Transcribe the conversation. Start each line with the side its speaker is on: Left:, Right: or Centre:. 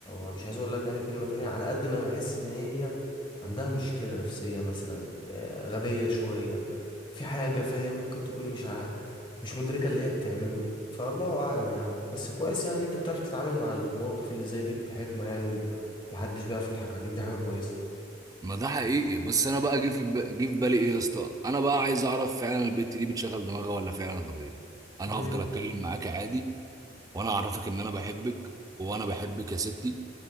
Left: او مش عايز اقول لك يعني كلمه تانية على قد ما بحس ان هي عندها مشكله نفسيه مثلا آه، غبيه شويه في حاجه فاهم ممكن تكون مش ع... مش مدركه اللي هي بتعمله فالله اعلم يا عم بس كويس يعني انت بتعرف تتعامل مع المواقف اللي زي دي بحكمه يعني ومحدش بيعرف يضحك عليك دي حاجه كويسه
Right: ما ده حقيقي بس انا بقى جه في ب- جه في بالي ايه يا اسطى انا بقى عايز اعرف فعلا البت دي بتشغل دماغها ولا فعلا غبيه انا
Left: امم
Right: هفضل اتكلم معاك عادي وانا اعرفك ان انا بحبك وانا بحبك يا ستي